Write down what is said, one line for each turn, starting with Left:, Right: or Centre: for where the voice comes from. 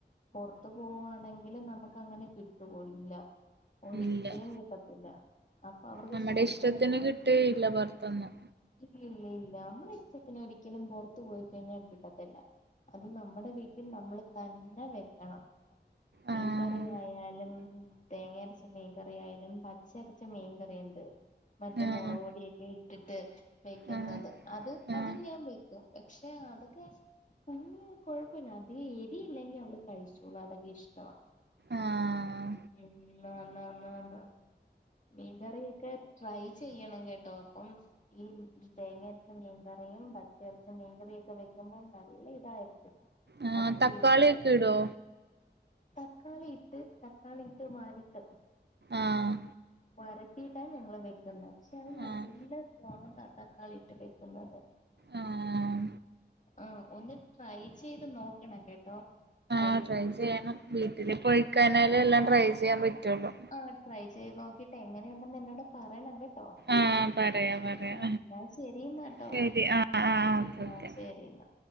Left: പൊർത്ത് പോവാണെങ്കിൽ നമുക്ക് അങ്ങനെ കിട്ടുവോ ഇല്ല ഒരിക്കലും
Right: ഇല്ല
Left: കിട്ടത്തില്ല അപ്പൊ അവർക്ക്
Right: നമ്മടെ
Left: സഹിക്കാൻ
Right: ഇഷ്ടത്തിന്
Left: സ
Right: കിട്ടുകയില്ല പുറത്തൊന്നും.
Left: ഇല്ല ഇല്ല ഇല്ല നമ്മളെ ഇഷ്ടത്തിന് ഒരിക്കലും പുറത്തു പോയിക്കഴിഞ്ഞാൽ കിട്ടത്തില്ല അയ്ന് നമ്മുടെ വീട്ടിൽ നമ്മള് തന്നെ വെക്കണം മീൻ
Right: ആഹ്
Left: കറി ആയാലും തേങ്ങ അരച്ച മീൻ കറി ആയാലും പച്ചരച്ച മീൻ കറി ഇണ്ട് മറ്റേ
Right: ആഹ്
Left: മൊളക് പൊടിയൊക്കെ ഇട്ടിട്ട് വെക്കുന്നത്
Right: ആഹ്
Left: അത്
Right: ആഹ്
Left: അത് ഞാൻ വെക്കും പക്ഷെ അതൊക്കെ കുഞ്ഞിന് കൊഴപ്പല്ല അധികം എരി ഇല്ലെങ്കി അവള് കഴിച്ചോളും അതൊക്കെ ഇഷ്ടവാ
Right: ആഹ്
Left: ആന്ന് ആന്ന് ആന്ന് ആന്ന് മീൻകറിയൊക്കെ ട്രൈ ചെയ്യണം കേട്ടോ അപ്പം ഈ തേങ്ങ അരച്ച മീൻകറിയും പച്ചരച്ച മീൻകറിയും ഒക്കെ വെക്കുമ്പോൾ നല്ല ഇതായിരിക്കും
Right: ആ
Left: അപ്പൊ
Right: തക്കാളിയൊക്കെ
Left: വീട്ടില്
Right: ഇടോ
Left: തക്കാളി ഇട്ട് തക്കാളി ഇട്ട് വരട്ടും
Right: ആഹ്
Left: വരട്ടിയിട്ട ഞങ്ങള് വെക്കുന്നെ പക്ഷെ അത്
Right: ആഹ്
Left: നല്ല സ്വാദാ തക്കാളി ഇട്ട് വെക്കുന്നത്
Right: ആഹ്
Left: ആഹ് ഒന്ന് ട്രൈ ചെയ്ത് നോക്കണം കേട്ടോ ടൈ
Right: ആ ട്രൈ ചെയ്യണം വീട്ടില് പോയിക്കഴിഞ്ഞാലെ എല്ലാം ട്രൈ ചെയ്യാൻ പറ്റൊള്ളൂ
Left: ആ ട്രൈ ചെയ്ത് നോക്കിയിട്ട് എങ്ങനെയുണ്ടെന്ന് എന്നോട് പറയണം കേട്ടോ
Right: ആഹ് പറയാ പറയാ
Left: ആ എന്നാ ശരി ന്നാട്ടോ
Right: ശരി ആഹ് ആഹ് ഓക്കെ ഓക്കെ.
Left: ആ ശരി എന്നാ